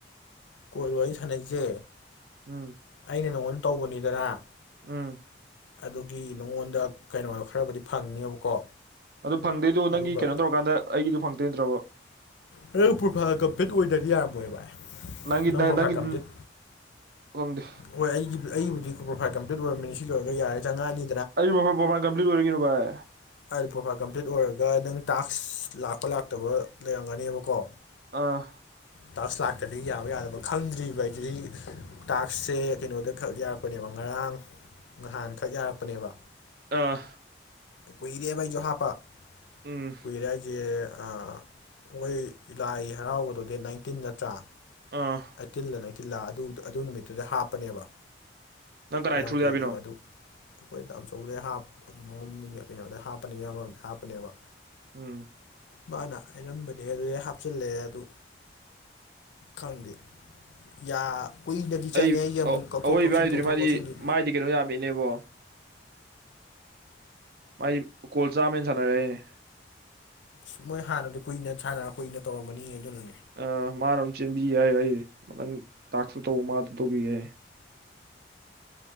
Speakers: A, on the left; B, on the right.
A: ꯀꯣꯜ ꯋꯥꯔꯤ ꯁꯥꯟꯅꯩꯖꯦ꯫
B: ꯎꯝ꯫
A: ꯑꯩꯅ ꯅꯪꯉꯣꯟꯗ ꯇꯧꯕꯅꯤꯗꯅ꯫
B: ꯎꯝ꯫
A: ꯑꯗꯨꯒꯤ ꯅꯉꯣꯟꯗ ꯀꯩꯅꯣꯗꯣ ꯈꯔꯕꯨꯗꯤ ꯐꯪꯅꯦꯕꯀꯣ꯫
B: ꯑꯗꯣ ꯐꯪꯗꯣꯏꯗꯣ
A: ꯑꯗꯨꯒ
B: ꯅꯪꯒꯤ ꯀꯩꯅꯣ ꯇꯧꯔꯀꯥꯟꯗ ꯑꯩꯒꯤꯗꯣ ꯐꯪꯉꯛꯇꯣꯏ ꯅꯠꯇ꯭ꯔꯣꯕ꯫
A: ꯅꯪꯗꯣ ꯄꯔꯣꯐꯥꯏꯜ ꯀꯝꯄ꯭ꯂꯤꯠ ꯑꯣꯏꯗ꯭ꯔꯗꯤ ꯌꯥꯔꯝꯃꯣꯏꯌꯦ ꯚꯥꯏ꯫
B: ꯅꯪꯒꯤ
A: ꯅꯪ ꯄꯔꯣꯐꯥꯏꯜ
B: ꯅꯪꯒꯤ
A: ꯀꯝꯄ꯭ꯂꯤꯠ
B: ꯈꯪꯗꯦ
A: ꯍꯣꯏ ꯑꯩꯒꯤꯕꯨ ꯑꯩꯕꯨꯗꯤ ꯄ꯭ꯔꯣꯐꯥꯏꯜ ꯀꯝꯄ꯭ꯂꯤꯠ ꯑꯣꯏꯔꯝꯅꯤ ꯁꯤ ꯂꯣꯏꯔꯒ ꯌꯥꯔꯦ ꯆꯪꯉꯥꯅꯤ
B: ꯑꯩꯖꯨ ꯄꯣ ꯄꯔꯣꯐꯥꯏꯜ ꯀꯝꯄ꯭ꯂꯤꯠ ꯑꯣꯏꯔꯦ ꯀꯩꯅꯣ ꯚꯥꯏ꯫
A: <unintelligible> ꯄ꯭ꯔꯣꯐꯥꯏꯜ ꯀꯝꯄ꯭ꯂꯤꯠ ꯑꯣꯏꯔꯒ ꯅꯪ ꯇꯥꯛꯁ ꯂꯥꯛꯄ ꯂꯥꯛꯇꯕ ꯂꯩꯔꯝꯒꯅꯦꯕꯀꯣ꯫
B: ꯑꯥ꯫
A: ꯇꯥꯛꯁ ꯂꯥꯛ ꯑꯗꯒꯤ ꯌꯥꯕ ꯌꯥꯗꯕ ꯈꯪꯗ꯭ꯔꯤꯕ ꯑꯩꯒꯤ ꯇꯥꯛꯁꯁꯦ ꯀꯩꯅꯣꯗ ꯈꯛ ꯌꯥꯔꯛꯄꯅꯦꯕ ꯉꯔꯥꯡ꯫ ꯉꯍꯥꯟꯈꯛ ꯌꯥꯔꯛꯄꯅꯦꯕ꯫
B: ꯑꯥ
A: ꯀꯣꯏꯔꯦꯕꯥ ꯑꯩꯁꯨ ꯍꯥꯄꯄꯥ
B: ꯎꯝ
A: ꯀꯨꯏꯔꯦ ꯍꯥꯏꯁꯦ ꯑꯩꯈꯣꯏ ꯂꯥꯏ ꯍꯔꯥꯎꯕꯗꯣ ꯗꯦꯠ ꯅꯥꯏꯟꯇꯤꯟ ꯅꯠꯇ꯭ꯔꯥ
B: ꯑꯥ
A: ꯑꯩꯇꯤꯜꯂ ꯅꯥꯏꯇꯤꯜꯂ ꯑꯗꯨ ꯑꯗꯨ ꯅꯨꯃꯤꯠꯇꯨꯗ ꯍꯥꯞꯄꯅꯦꯕ
B: ꯅꯪ ꯀꯅꯥꯏ
A: ꯈꯔ ꯌꯥꯝ
B: ꯊ꯭ꯔꯨꯗ
A: ꯀꯨꯏꯔꯦꯕ
B: ꯌꯥꯕꯤꯅꯣ
A: ꯑꯗꯨ ꯑꯩꯈꯣꯏ ꯇꯥꯃꯣꯆꯧꯗꯩ ꯍꯥꯞ ꯃꯝ ꯀꯩꯅꯣꯗꯩ ꯍꯥꯞꯄꯅꯤ ꯏꯌꯥꯝꯕꯝꯗꯤ ꯍꯥꯞꯄꯅꯦꯕ
B: ꯎꯝ
A: ꯃꯥꯅ ꯍꯥꯏꯔꯝꯕꯅꯦ ꯑꯗꯨ ꯑꯩ ꯍꯥꯞꯆꯤꯜꯂꯛꯑꯦ ꯑꯗꯨ ꯈꯪꯗꯦ ꯌꯥ ꯀꯨꯏꯅꯗꯤ ꯆꯪꯉꯦ
B: ꯑꯩ
A: ꯑꯩꯁꯦ ꯑꯃꯨꯛ ꯀꯛꯊꯣꯛ
B: ꯑꯋꯣꯏꯕ
A: ꯀꯛꯁꯤꯟ
B: ꯍꯥꯏꯗꯨꯅꯤ
A: ꯀꯛꯊꯣꯛ
B: ꯃꯥꯗꯤ
A: ꯀꯛꯁꯤꯟꯗꯤ
B: ꯃꯥꯏꯗꯤ ꯀꯩꯅꯣ ꯌꯥꯝꯃꯤꯅꯦꯕꯣ ꯃꯥꯏ ꯀꯣꯜ ꯆꯥꯝꯃꯅ ꯁꯥꯟꯅꯔꯦꯅꯦ
A: ꯑꯁ ꯃꯣꯏ ꯍꯥꯟꯅꯗꯤ ꯀꯨꯏꯅ ꯁꯥꯟꯅꯔ ꯀꯨꯏꯅ ꯇꯧꯔꯝꯃꯅꯤ ꯑꯗꯨꯅꯅꯦ
B: ꯑ ꯃꯥꯅ ꯑꯃꯝ ꯆꯦꯟꯕꯤ ꯌꯥꯏ ꯑꯩ ꯅꯪ ꯇꯥꯛꯁꯨ ꯇꯧꯕ ꯃꯥꯗ ꯇꯧꯕꯤ ꯌꯥꯏ